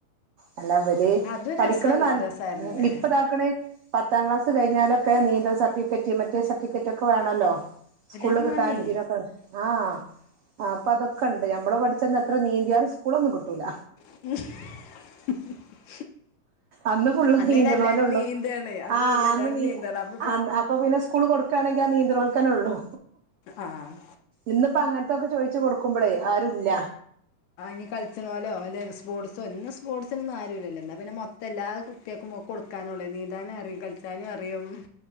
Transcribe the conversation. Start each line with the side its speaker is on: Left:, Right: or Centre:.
Right: അല്ല അവര്
Left: അതൊരു
Right: പഠിക്കണം
Left: രസള്ള
Right: നല്ല
Left: രസായിരുന്നുല്ലേ
Right: ഉം ഇപ്പതാക്കണേ പത്താം ക്ലാസ് കഴിഞ്ഞാലൊക്കെ നീന്ത സർട്ടിഫിക്കറ്റ് മറ്റേ സർട്ടിഫിക്കറ്റ് ഒക്കെ വേണല്ലോ സ്കൂളില്
Left: എല്ലാതും
Right: കിട്ടാനും
Left: വേണേ
Right: ഇതിനൊക്കെ ആഹ് അപ്പൊ അതൊക്കെ ഇണ്ട് ഞമ്മള് പഠിച്ചന്ന് എത്ര നീന്തിയാലും സ്കൂളൊന്നും കിട്ടൂല
Left: <unintelligible>
Right: അന്ന് ഫുള്ള്
Left: അന്നേരം
Right: നീന്തണോലൊള്ളു
Left: എല്ലാരും നീന്താണ്
Right: ആഹ്
Left: ഫുള്ള്
Right: അന്ന്
Left: എല്ലാരും
Right: നീ
Left: നീന്താണ് അപ്പൊ
Right: അഹ് അപ്- അപ്പൊ പിന്നെ സ്കൂള് കൊടുക്കയാണെങ്കി ആ നിന്ത്‌ണോൽ ക്കന്നെ ഉള്ളു
Left: ആഹ്
Right: ഇന്നിപ്പ അങ്ങനത്തൊക്കെ ചോയിച്ചു കൊടുക്കുമ്പോളേ ആരുല്ല
Left: ആ ഇനി കളിച്ചണമലോ അല്ലെ സ്പോർട്സോ ഇന്ന് സ്പോർട്സിനന്നും ആരുല്ലല്ലോ എന്താ പിന്നെ ഇത്ത എല്ലാ കുട്ടികൾക്കും കൊടുക്കാനുള്ള നീന്താനും അറിയും കളിച്ചാലും അറിയും